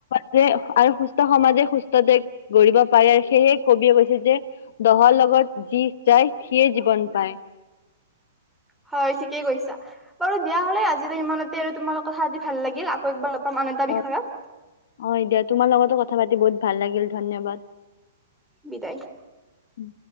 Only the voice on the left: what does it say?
সেয়ে, আৰু সুস্থ সমাজে সুস্থ দেশ গঢ়িব পাৰে, সেয়েহে কবিয়ে কৈছে যে, দহৰ লগত যি যায় সিয়েই জীৱন পায়।
অহ', - অহ', দিয়া তোমাৰ লগতো ক কথা পাতি বহুত ভাল লাগিল, ধন্যবাদ।
উম।